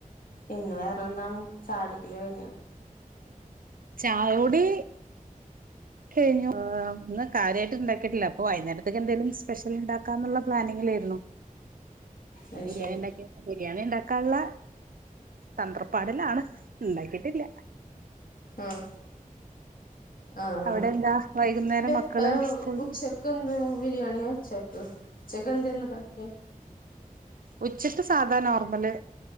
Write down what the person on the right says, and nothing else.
ചായൊടി കൈഞ്ഞു ഇന്ന് കാര്യാട്ട്ണ്ടാക്കിട്ടില്ല അപ്പ വൈന്നേരത്തേക്ക് എന്തേലും സ്പെഷ്യൽ ഇണ്ടാ ക്കാന്നുള്ള പ്ലാനിങ്ങിലേര്ന്നു അപ്പ
ബിരിയാണിണ്ടാ
ഉംബിരിയാണി ഇണ്ടാക്കാനുള്ള തന്ത്രപ്പാടിലാണ് ഇണ്ടാക്കിട്ടില്ല.
അവിടെ എന്താ വൈകുന്നേരം
മക്കള് സ്കൂൾ
ഉച്ചക്ക് സാധാ നോർമല്